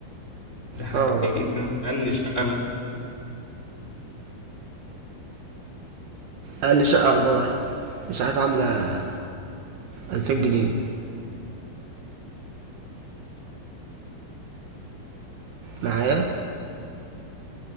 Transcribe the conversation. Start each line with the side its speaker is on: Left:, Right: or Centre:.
Left: ده حقيقي
Right: اه
Left: اقل شقه
Right: اقل شقه ايجار مش عارف عامله 2000 جنيه معايا